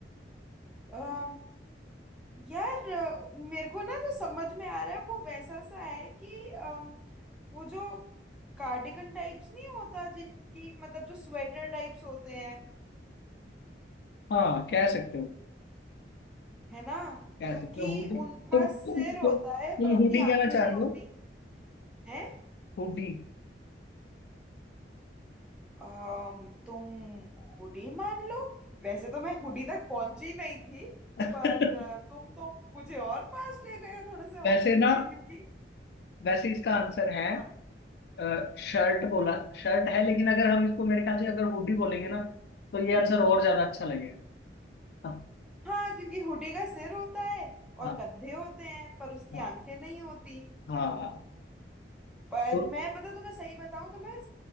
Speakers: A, in the centre; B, on the left.
A: अम, यार अ, मेरे को ना जो समझ में आ रहा है वो वैसा सा है कि अम, वो जो कार्डिगन टाइप्स नहीं होता जिनकी मतलब जो स्वेटर टाइप्स होते हैं
B: हाँ कह सकते हो
A: है ना
B: कह
A: क्योंकि
B: सकते हो हुडी
A: उनका
B: तुम तुम
A: सिर होता
B: तुम
A: है
B: तुम
A: पर उनकी
B: हुडी कहना
A: आंखें
B: चाह
A: नहीं
B: रही
A: होती
B: हो
A: हैं
B: हुडी
A: अम, तुम हुडी मान लो वैसे तो मैं हुडी तक पहुंची नहीं थी
B: <laughs>
A: पर अ, तुम तो मुझे और पास ले गए हो थोड़े से
B: वैसे
A: ऑप्शन
B: ना
A: के क्योंकि
B: वैसे इसका आंसर है
A: हाँ
B: अ, शर्ट बोला शर्ट है लेकिन अगर हम इसको मेरे ख्याल से अगर हुडी बोलेंगे ना तो ये आंसर और ज्यादा अच्छा लगेगा हाँ
A: हाँ क्योंकि हुडी का सिर होता है और
B: हाँ
A: कंधे होते हैं पर उसकी
B: हाँ
A: आंखें नहीं होती
B: हाँ हाँ।
A: पर
B: तो
A: मैं पता तुम्हें सही बताऊं तो मैं